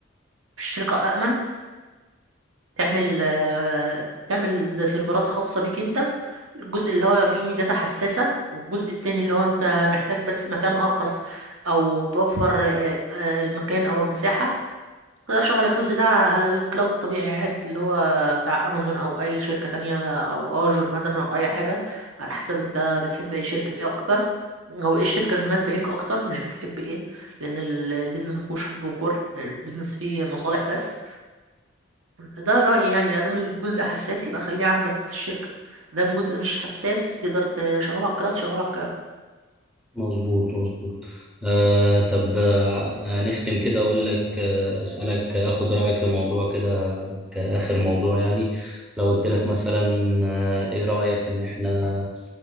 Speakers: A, on the right (about 80°); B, in the centre.
A: في الشركة آمن تعمل آه، تعمل زي سيرفرات خاصة بيك انت الجزء اللي هو فيه داتا حساسة والجزء التاني اللي هو انت محتاج بس مكان ارخص او توفر آه، آه، المكان او المساحة اقدر اشغل الجزء ده على الكلاود الطبيعي عادي اللي هو بتاع امازون او اي شركة تانية او اجر مثلا او اي حاجة على حسب انت بتحب اي شركة ايه اكتر او ايه الشركة المناسبة ليك اكتر مش بتحب ايه لان ال- البيزنس مفهوش حب وكره البيزنس فيه مصالح بس ده رأيي يعني ادام الجزء حساس يبقى خليه عندك في الشركة ادام جزء مش حساس تقدر تشغله على الكلاود شغله على الكلاود
B: مظبوط مظبوط آه طب آه نختم كده اقول لك آه اسألك اخد رأيك في موضوع كده كآخر موضوع يعني لو قلت لك مثلا آه ايه رأيك ان احنا